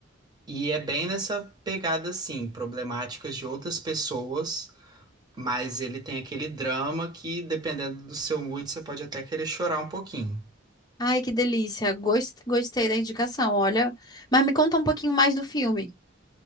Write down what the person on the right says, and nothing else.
e é bem nessa pegada assim, problemáticas de outras pessoas Mas ele tem aquele drama que, dependendo do seu mood, você pode até querer chorar um pouquinho.